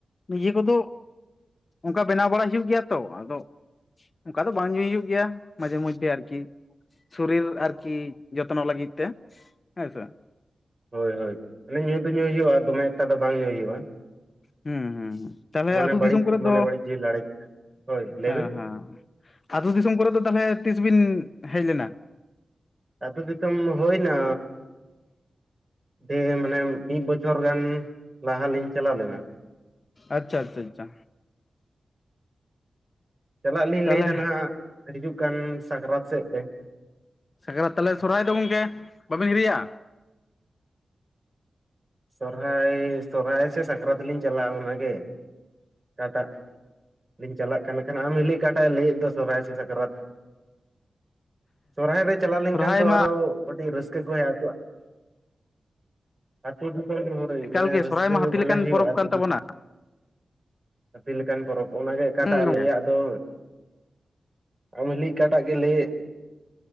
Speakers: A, on the left; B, on the right.
A: ᱱᱤᱡᱮ ᱠᱚᱫᱚ ᱚᱱᱠᱟ ᱵᱮᱱᱟᱣ ᱵᱟᱲᱟ ᱦᱩᱭᱩᱜ ᱜᱮᱭᱟ ᱛᱚ ᱟᱫᱚ ᱚᱱᱠᱟ ᱫᱚ ᱵᱟᱝ ᱧᱩᱭ ᱦᱩᱭᱩᱜ ᱜᱮᱭᱟ ᱢᱟᱡᱷᱮ - ᱢᱚᱡᱫᱽᱫᱷᱮ ᱟᱨᱠᱤ ᱥᱩᱨᱤᱨ ᱟᱨᱠᱤ ᱡᱚᱛᱱᱚ ᱞᱟᱹᱜᱤᱫ ᱛᱮ ᱦᱮᱸᱥᱮ
B: ᱦᱳᱭ - ᱦᱳᱭ ᱢᱟᱱᱮ ᱧᱩ ᱫᱚ ᱧᱩ ᱦᱩᱭᱩᱜᱼᱟ ᱫᱚᱢᱮ ᱮᱠᱴᱟ ᱫᱚ ᱵᱟᱝ ᱧᱩᱭ ᱦᱩᱭᱩᱜᱼᱟ
A: ᱦᱩᱸ- ᱦᱩᱸ- ᱦᱩᱸ ᱛᱟᱦᱞᱮ
B: ᱢᱚᱱᱮ
A: ᱟᱹᱛᱩ
B: ᱵᱟᱹᱲᱤᱡ
A: ᱫᱤᱥᱚᱢ ᱠᱚᱨᱮᱜ
B: ᱢᱚᱱᱮ
A: ᱫᱚ,
B: ᱵᱟᱹᱲᱤᱡ ᱡᱤᱣᱤ ᱞᱟᱲᱮᱡ ᱦᱳᱭ ᱞᱟᱹᱭ
A: ᱦᱚᱸ-
B: ᱵᱮᱱ
A: ᱦᱚᱸ ᱟᱹᱛᱩ ᱫᱤᱥᱚᱢ ᱠᱚᱨᱮ ᱫᱚ ᱛᱟᱞᱦᱮ ᱛᱤᱥ ᱵᱤᱱ ᱦᱮᱡ ᱞᱮᱱᱟ
B: ᱟᱛᱩ ᱫᱤᱥᱚᱢ ᱫᱚ ᱦᱩᱭᱱᱟ ᱰᱷᱮ ᱢᱟᱱᱮ ᱢᱤᱫ ᱵᱚᱪᱷᱚᱨ ᱜᱟᱱ ᱞᱟᱦᱟ ᱞᱤᱧ ᱪᱟᱞᱟᱣ ᱞᱮᱱᱟ
A: ᱟᱪᱪᱷᱟ - ᱟᱪᱪᱷᱟ - ᱟᱪᱪᱷᱟ
B: ᱪᱟᱞᱟᱜ ᱞᱤᱧ
A: ᱛᱟᱦᱚᱞᱮ
B: ᱞᱟᱹᱭᱫᱟ ᱱᱷᱟᱜ ᱦᱤᱡᱩᱜ ᱠᱟᱱ ᱥᱟᱜᱨᱟᱛ ᱥᱮᱫ ᱛᱮ
A: ᱥᱟᱠᱨᱟᱛ ᱛᱟᱦᱞᱮ ᱥᱚᱨᱦᱟᱭ ᱫᱚ ᱜᱚᱝᱠᱮ ᱵᱟᱹᱵᱤᱱ ᱦᱤᱨᱤᱭᱟ
B: ᱥᱚᱨᱦᱟᱭᱻ ᱥᱚᱨᱦᱟᱭ ᱥᱮ ᱥᱟᱠᱨᱟᱛ ᱞᱤᱧ ᱪᱟᱞᱟᱜᱼᱟ ᱚᱱᱟᱜᱮ᱾ ᱚᱠᱟᱴᱟᱜ, ᱞᱤᱧ ᱪᱟᱞᱟᱜ ᱠᱟᱱᱟ ᱠᱷᱟᱱ ᱟᱢ ᱦᱤᱞᱤ ᱚᱠᱟᱴᱟᱜ ᱮ ᱞᱟᱹᱭᱮᱫ ᱫᱚ ᱥᱚᱨᱦᱟᱭ ᱥᱮ ᱥᱟᱠᱨᱟᱛ᱾ ᱥᱚᱨᱦᱟᱭ ᱨᱮ ᱪᱟᱞᱟᱣ ᱞᱮᱱᱠᱷᱟᱱ
A: ᱥᱚᱨᱦᱟᱭ
B: ᱛᱚ
A: ᱢᱟ
B: ᱟᱨᱚ ᱟᱹᱰᱤᱜ ᱨᱟᱹᱥᱠᱟᱹ ᱠᱚ ᱦᱮᱡ ᱟᱫ ᱛᱚ ᱫᱤᱥᱚᱢ ᱨᱮ ᱦᱳᱭ
A: ᱮᱠᱟᱞ
B: ᱢᱟᱱᱮ
A: ᱜᱮ
B: ᱨᱟᱹᱥᱠᱟᱹ
A: ᱥᱚᱨᱦᱟᱭ ᱢᱟ ᱦᱟᱹᱛᱤ
B: ᱵᱷᱟᱞᱮ
A: ᱞᱮᱠᱟᱱ
B: ᱦᱩᱭᱩᱜᱼᱟ
A: ᱯᱚᱨᱚᱵᱽ
B: ᱟᱹᱛᱩ
A: ᱠᱟᱱ ᱛᱟᱵᱚᱱᱟ
B: ᱦᱟᱹᱛᱤ ᱞᱮᱠᱟᱱ ᱯᱚᱨᱚᱵᱽ ᱚᱱᱟᱜᱮ ᱚᱠᱟᱴᱟᱜ
A: ᱦᱩᱸ
B: ᱮ
A: ᱜᱚᱝᱠᱮ
B: ᱞᱮᱭᱟᱜ ᱫᱚ ᱟᱢ ᱦᱤᱞᱤ ᱚᱠᱟᱴᱟᱜ ᱜᱮ ᱞᱟᱹᱭᱮᱫ,